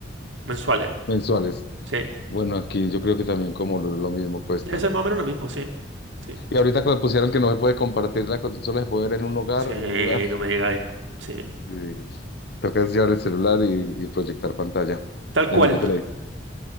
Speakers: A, on the right; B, on the left.
A: mensuales.
B: mensuales.
A: Sí,
B: Bueno, aquí yo creo que también como lo, lo mismo cuesta.
A: debe ser más o menos lo mismo, sí. Sí,
B: Y ahorita cuando pusieron que no se puede compartirla, con- solo se puede ver en un hogar,
A: sí,
B: en un lugar.
A: no me llega ahí. Sí.
B: Sí. Tocas llevar el celular y, y proyectar pantalla.
A: Tal cual.
B: Y en otro televisor.